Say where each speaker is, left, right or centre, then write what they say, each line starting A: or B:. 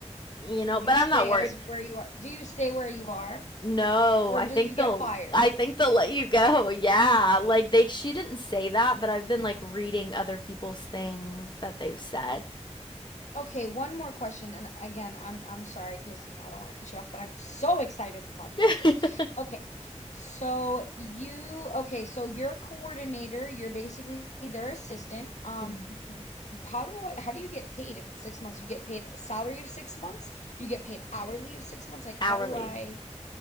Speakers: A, on the left; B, on the left.
A: you know,
B: You
A: but
B: stay
A: I'm not worried.
B: as where you are. Do you stay where you are,
A: No,
B: or
A: I
B: do
A: think
B: you
A: they'll
B: get fired?
A: I think they'll let you go. <laughs> Yeah. Like they she didn't say that, but I've been
B: Mm,
A: like reading other people's things that they've said.
B: Okay, one more question, and again, I'm I'm sorry because you know I don't want to cut you off, but I'm so excited to talk
A: <laughs>
B: about this. Okay, so you okay, so your coordinator, you're basically their assistant. Um,
A: Mhm.
B: how do I, how do you get paid if it's six months? You get paid salary of six months? You get paid hourly of six months? Like
A: Hourly.
B: how do I?